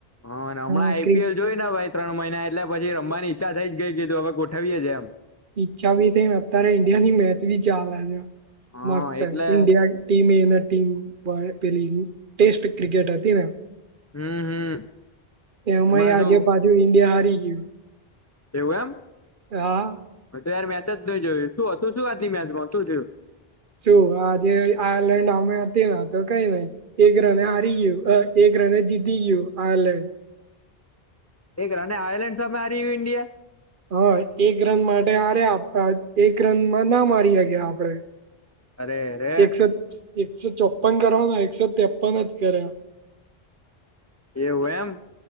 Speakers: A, on the left (about 25°); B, on the right (about 60°).
A: હા અને હમણાં
B: અ
A: આઈપીએલ
B: ક.
A: જોઈ ને ભાઈ ત્રણ મહિના એટલે પછી રમવાની ઈચ્છા થઈ જ ગઈ કીધું હવે ગોઠવીએે એમ.
B: ઈચ્છા ભી થઈ ને અત્યારે ઈન્ડિયા ની મેચ ભી ચાલે આ છે.
A: હા
B: મસ્ત
A: એટલે
B: ઇન્ડિયા ટીમ ટીમ પેલી ટેસ્ટ ક્રિકેટ હતી ને
A: હમ હમ
B: એમાંય
A: એમાં
B: આજે
A: શું
B: પાછુ ઈન્ડિયા હારી ગયું.
A: કેવું એમ.
B: <inaudible>
A: હ યાર મેચ જ નહી જોયું શું હતું શું આજની મેચમાં શું જોયું.
B: શું આજે આયર્લેન્ડ અમે હતી તો કઈ નઈ એક રને હારી ગયું. ગ્રેનેડ જીતી ગયું આયર્લેન્ડ.
A: એ આયલેન્ડ સામે હરીયું ન્ડિયા.
B: હા એક રન માટે આરે્યા એક રનમાં ના મારી શકી્યા આપડે.
A: અરે રે
B: એકસો. એકસો ચોપન કરવાનો એકસો ત્રેપન જ કર્યા.
A: એવું એમ.